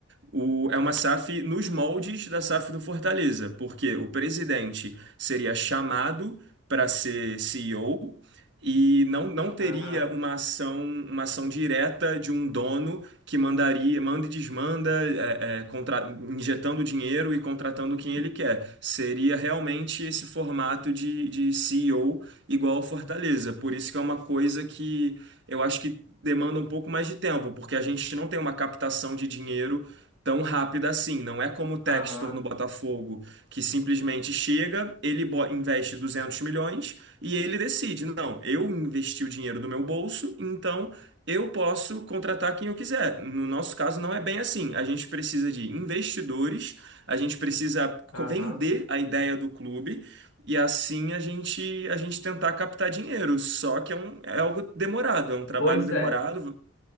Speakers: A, on the right; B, on the left.
A: o- é uma SAF nos moldes da SAF do Fortaleza, porque o presidente seria chamado para ser CEO e O e não, não teria
B: Aham,
A: uma ação, uma ação direta de um dono que mandaria, manda e desmanda, é, é, contra- injetando dinheiro e contratando quem ele quer. Seria realmente esse formato de, de CEO igual ao Fortaleza. Por isso que é uma coisa que eu acho que demanda um pouco mais de tempo, porque a gente não tem uma captação de dinheiro tão rápida assim. Não é como o Textor
B: aham,
A: no Botafogo, que simplesmente chega, ele bo- investe 200 milhões e ele decide: não, eu investi o dinheiro do meu bolso, então eu posso contratar quem eu quiser. No nosso caso, não é bem assim. A gente precisa de investidores, a gente precisa co-
B: aham.
A: vender a ideia do clube. E assim a gente a gente tentar captar dinheiro, só que é, um, é algo demorado, é um trabalho
B: Pois
A: demorado.
B: é,